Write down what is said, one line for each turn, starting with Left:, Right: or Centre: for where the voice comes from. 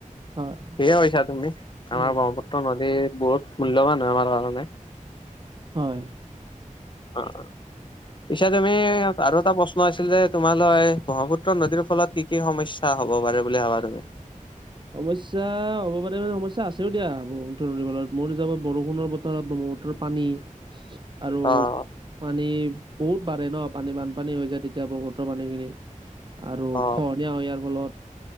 Right: হয়
Left: ঠিকে কৈছা তুমি আমাৰ
Right: উম
Left: ব্ৰহ্মপুত ত্ৰ নদী বহুত মূল্যবান হয় আমাৰ কাৰণে।
Right: হয়
Left: অ অ পিছে তুমি আৰু এটা প্ৰশ্ন আছিল যে তোমালৈ, ব্ৰহ্মপুত্ৰ নদীৰ ফলত কি কি সমস্যা হব পাৰে বুলি ভাবা তুমি?
Right: সমস্যা হব পাৰে মানে সমস্যা আছেও দিয়া ব্ৰহ্মপুত্ৰ নদীৰ ফলত মোৰ হিচাপত বৰষুণৰ বতৰত ব্ৰহ্মপু পুত্ৰৰ পানী
Left: <unintelligible>
Right: আৰু
Left: অ',
Right: পানী বহুত বাঢ়ে ন পানী বানপানী হৈ যায় তেতিয়া ব্ৰহ্মপুত্ৰৰ পানীখিনি আৰু
Left: অ',
Right: খহনীয়া হয় ইয়াৰ ফলত